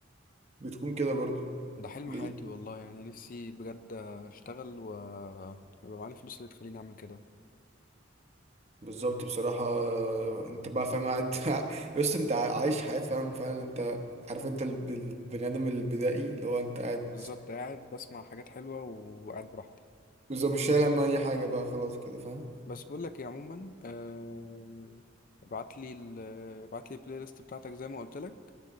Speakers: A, on the right; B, on the left.
A: بتكون كده برضو
B: ده حلم
A: بي...
B: حياتي والله يعني نفسي بجد أشتغل و ويبقى معايا الفلوس اللي تخليني أعمل كده
A: بالظبط بصراحة انت بقى فاهم قاعد <laughs> يا اسطى انت عايش حياة فاهم فعلا انت عارف انت الب- البني آدم البدائي اللي هو انت قاعد
B: بالظبط قاعد بسمع حاجات حلوة وقاعد براحتي
A: بالظبط مش شايل هم أي حاجة
B: مم.
A: بقى خلاص كده فاهم
B: بس بقول لك ايه عموما آه... ابعت لي ال... ابعت لي البلاي ليست بتاعتك زي ما قلت لك